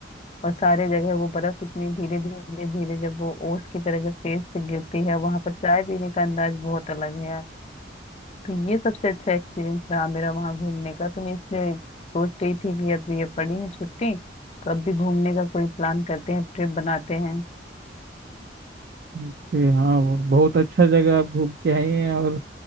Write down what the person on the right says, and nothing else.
जी हाँ वो बहुत अच्छा जगह आप घूम के आए हैं और